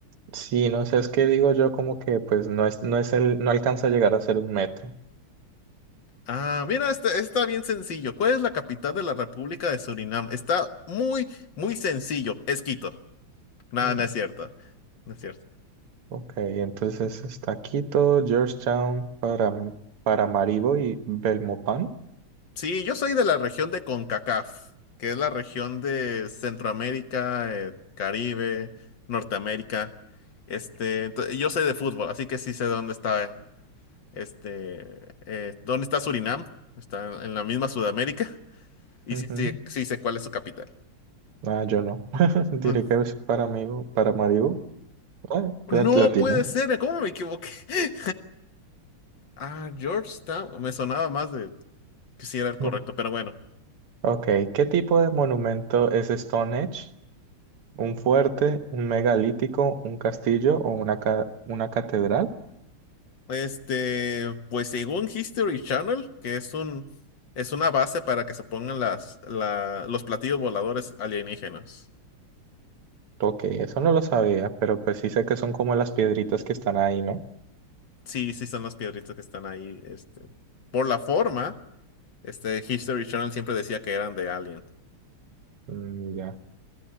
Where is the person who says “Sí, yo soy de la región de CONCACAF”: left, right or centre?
Left